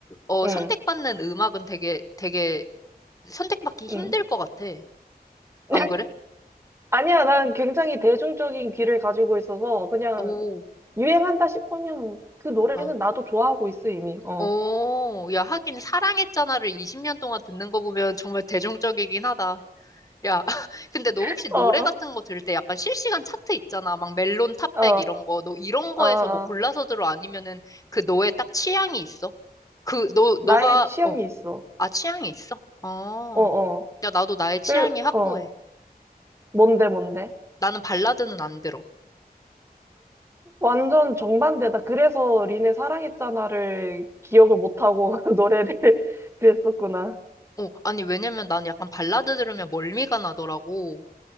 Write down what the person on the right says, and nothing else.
응,
응.
<laughs>
아니야, 난 굉장히 대중적인 귀를 가지고 있어서 그냥
유행한다 싶으면 그 노래는
나도 좋아하고 있어 이미. 어.
<laughs>
어.
어,
어, 어.
나의
취향이
있어.
어, 어.
그,
어. 뭔데, 뭔데?
완전 정반대다. 그래서 린의 사랑했잖아를 기억을 못하고 <laughs> 노래를 <laughs> 그랬었구나.